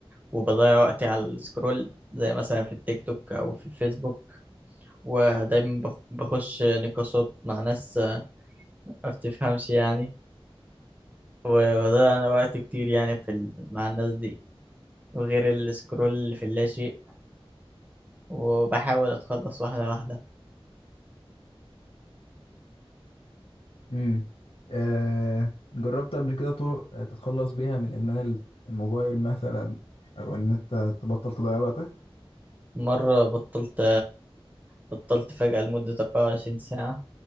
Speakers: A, on the right; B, on the left.
A: وبضيع وقتي على السكرول زي مثلا في التيك توك أو في الفيسبوك ودايما بخ- بخش نقاشات مع ناس آه، ما بتفهمش يعني وبضيع أنا وقت كتير يعني في ال... مع الناس دي وغير السكرول في اللاشيء وبحاول أتخلص واحدة واحدة
B: امم آه، جربت قبل كده طرق آه، تتخلص بيها من إدمان الموبايل مثلا أو إن أنت تبطل تضيع وقتك
A: مرة بطلت بطلت فجأة لمدة 24 ساعة